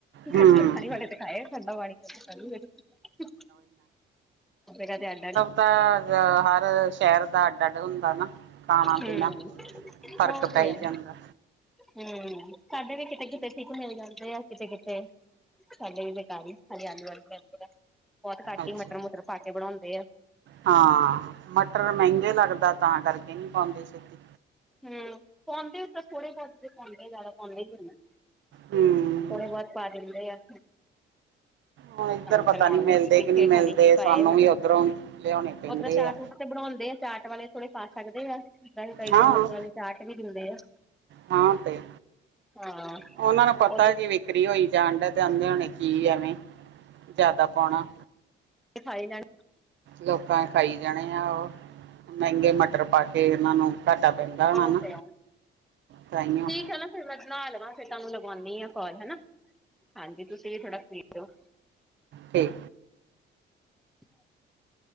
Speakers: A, on the right (about 65°); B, in the centre.
A: ਹੂੰ
B: ਠੰਡੇ ਪਾਣੀ ਵਾਲੇ ਤਾਂ ਖਾਏ ਆ, ਠੰਡਾ ਪਾਣੀ। ਇੱਥੇ ਪਹਿਲੀ ਵਾਰੀ--ਕਦ- ਕਦੇ ਆੰਡ
A: ਤਾਂ, ਹਰ ਸ਼ਹਿਰ ਦਾ ਅੱਡ- ਅੱਡ ਹੁੰਦਾ ਨਾ, ਖਾਣਾ,
B: ਹੂੰ
A: ਪੀਣਾ। ਫ਼ਰਕ
B: ਉਹ
A: ਪੈਈ
B: ਤੇ ਹੈ
A: ਜਾਂਦਾ।
B: ਹੂੰ, ਸਾਡੇ ਵੀ ਕਿਤੇ- ਕਿਤੇ ਠੀਕ ਮਿਲ ਜਾਂਦੇ ਆ। ਕਿਤੇ- ਕਿਤੇ। ਸਾਡੇ ਵੀ ਬੇਕਾਰੀ ਸਾਡੀ ਆਲੂ ਵਾਲੀ ਬਿਲਕੁਲ ਬਹੁਤ ਘੱਟ
A: ਅੱਛਾ
B: ਹੀ, ਮਟਰ-ਮੁਟਰ ਪਾਕੇ ਬਣਾਉਂਦੇ ਆ।
A: ਹਾਂ। ਮਟਰ ਮਹਿੰਗੇ ਲੱਗਦਾ ਤਾਂ ਕਰਕੇ, ਨਹੀਂ ਪਾਉਂਦੇ ਛੇਤੀ।
B: ਹੂੰ, ਪਾਉਂਦੇ ਆ ਤਾਂ ਥੋੜੇ, -ਘੱਟ ਪਾਉਂਦੇ ਜ਼ਿਆਦਾ ਪਾਉਂਦੇ ਹੀ ਨਹੀਂ।
A: ਹਮ
B: ਥੋੜਾ ਬਹੁਤ ਪਾ ਦਿੰਨੇ ਆ।
A: ਹੁਣ ਇੱਧਰ
B: ਤਾਂ
A: ਪਤਾ
B: ਲਾਉਣ
A: ਨੀ ਮਿਲਦੇ
B: ਨੂੰ ਦੇਖੇ
A: ਕਿ ਨਹੀਂ ਮਿਲਦੇ
B: ਖਾਲੀ ਚ ਪਾਏ
A: ਸਾਨੂੰ
B: ਆ ਮਟਰ
A: ਵੀ ਉੱਧਰੋਂ ਲਿਆਉਣੇ ਪੈਂਦੇ
B: ਓ ਤਰ ਚਾਟ
A: ਆ
B: ਚੂਟ ਤੇ ਬਣਾ। <unintelligible> ਹੁੰਦੇ ਆ ਚਾਟ ਵਾਲੇ ਥੋੜੇ ਪਾ ਸਕਦੇ ਆ। ਤਾਂ ਕਈ
A: ਹਾਂ
B: ਗੋਲ ਗੱਪੇ ਵਾਲੇ ਚਾਟ ਵੀ ਦਿੰਦੇ ਆ।
A: ਹਾਂ ਤੇ
B: ਹਾਂ
A: ਉਹਨਾਂ ਨੂੰ ਪਤਾ
B: ਉਹਦੇ
A: ਕੀ ਵਿਕਰੀ ਹੋਈ ਜਾਣ ਡੇ ਤੇ ਆਂਦੇ ਹੋਣੇ ਕੀ ਐਵੇਂ। ਜਿਆਦਾ ਪਾਉਣਾ।
B: ਤੇ ਸਾਰੇ ਜਾਣੇ।
A: ਲੋਕਾਂ ਖਾਈ ਜਾਣੇ ਆ ਉਹ ਮਹਿੰਗੇ ਮਟਰ ਪਾ ਕੇ ਇਹਨਾਂ ਨੂੰ ਘਾਟਾ ਪੈਂਦਾ ਹੋਣਾ
B: ਉਹ
A: ਨਾ।
B: ਤੇ ਹੈ
A: ਤਾਂਹੀਓ
B: ਠੀਕ ਹੈ ਨਾ ਫਿਰ ਮੈਂ ਨਹਾ ਲਵਾਂ ਫਿਰ ਤੁਹਾਨੂੰ ਲਵਾਉਂਦੀ ਆ ਕਾਲ ਹਨਾ। ਹਾਂਜੀ। ਤੁਸੀਂ ਵੀ ਥੋੜਾ ਫ੍ਰੀ ਹੋ ਜਾਊ
A: ਠੀਕ
B: <inaudible>